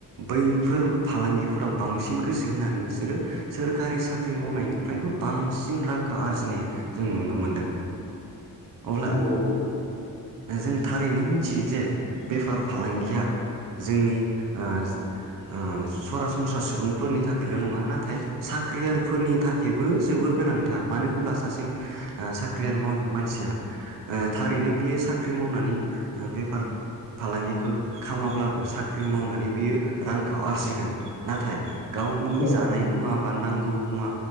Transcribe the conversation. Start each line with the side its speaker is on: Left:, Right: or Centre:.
Right: बैफोर फालांगिफो फोराव बांसिन गोसो होनानै बिसोरो सोर कारि साख्रि मावनायनिफ्रायबो बांसिन रांखौ आरजिनाय जों नुनो मोनदों। अब्ला
Left: नंगौ नंगौ।
Right: जों थारैनो मिथियो जे बेफार फालांगिया जोंनि ओ ओ सरासनस्रा सुबुंफोरनि थाखायल' नङा नाथाय साख्रियालफोरनि थाखायबो जोबो द गोनांथार मानो होनब्ला सासे ओ साख्रियाल माव मानसिया ओ थारैनो बियो सा फाख्रि मावनानै ओ बेफार फालांगिखौ खामाब्लाबो साख्रि मावनानै बियो रांखौ आरजिगोन नाथाय गा गावनि
Left: औ
Right: जानाय मुवा बा नांगौ मुवा